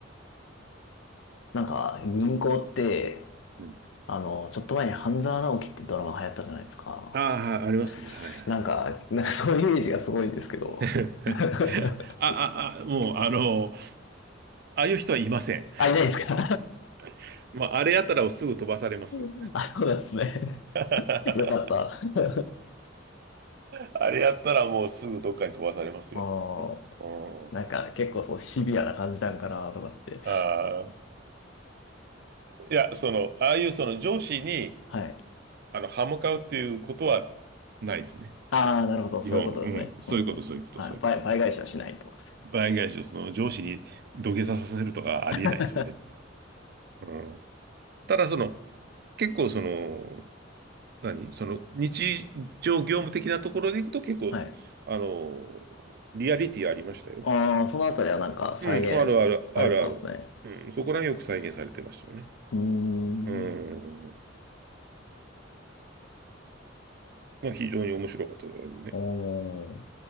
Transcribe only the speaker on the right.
うん。
ああ、はいありますね。はい
はい。
<laughs> あ、あ、あ、もう、あの、ああいう人はいません。
<laughs> まあ、あれやったらすぐ飛ばされます。
<laughs>
あれやったらもうすぐどっかに飛ばされますよ。
うん
ああ。いや、その、ああいうその上司に、
あの、歯向かうっていうことはないですね。
日本、うん。そういうこと、
そういうこと、
そういうこと。
倍返しをその上司に土下座させるとかはありえないですよね。
うん。ただ、その、結構その、何その、日常業務的なところでいくと結構、
あの、リアリティありましたよ。
うん、あるある、あるある。うん、そこらによく再現されてましたよね。
うん。まあ、非常に面白かったですね。